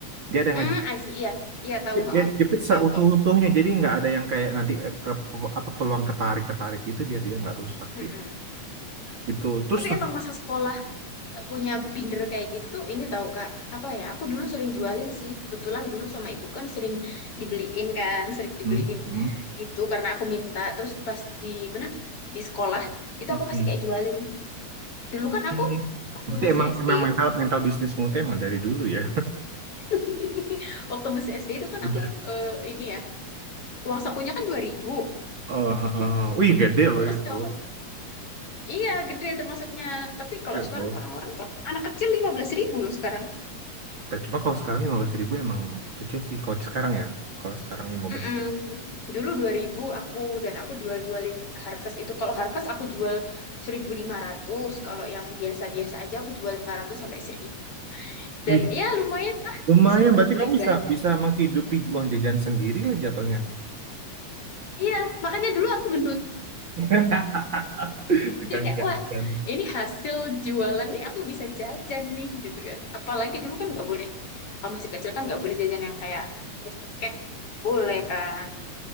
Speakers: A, on the right; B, on the left.
A: Dia ada
B: Hmm,
A: nge
B: asih iya. Iya tahu, heeh.
A: Ya, jepit seutuh-utuhnya
B: Tahu kok.
A: jadi nggak ada yang kayak nanti eh, ke, apa peluang ketarik-ketarik itu biar dia nggak rusak
B: Mm-mm.
A: gitu gitu terus
B: Tapi
A: tetap
B: emang masa sekolah punya binder kayak gitu tuh ini tahu Kak apa ya aku dulu sering jualin sih kebetulan dulu sama ibu kan sering dibeliin kan sering dibeliin
A: hmm, hmm,
B: itu karena aku minta terus pas di mana di sekolah itu
A: hmm,
B: aku pasti
A: hmm,
B: kayak jualin dulu kan
A: hmm.
B: aku waktu
A: berarti
B: masih
A: emang
B: SD
A: emang mental mental bisnismu tuh emang dari dulu ya
B: <laughs> waktu masih SD itu kan
A: udah
B: aku eh, ini ya uang sakunya kan 2000.
A: oh, oh. wih gede loh
B: terus
A: itu
B: kalau iya gede termasuknya tapi kalau
A: Gede
B: sekarang
A: loh.
B: orang-orang kan anak kecil lima belas ribu loh sekarang
A: Tapi cuma kalau sekarang lima belas ribu emang kecil sih kalau sekarang ya kalau sekarang lima belas
B: Mm-mm.
A: ribu
B: Dulu 2000 aku dan aku jual-jualin Harvest itu. Kalau Harvest aku jual seribu lima ratus kalau yang biasa-biasa aja aku jual 500 sampai seribu
A: wih
B: Dan ya lumayan lah
A: lumayan
B: bisa untuk
A: berarti
B: beli
A: kamu bisa
B: jajan.
A: bisa menghidupi uang jajan sendiri lah jatuhnya
B: Iya, makanya dulu aku gendut.
A: <laughs> tukang
B: Jadi kayak
A: jajan
B: wah, ini hasil jualan nih aku bisa jajan nih gitu kan. Apalagi dulu kan nggak boleh kalau masih kecil kan nggak boleh jajan yang kayak cake boleh kan.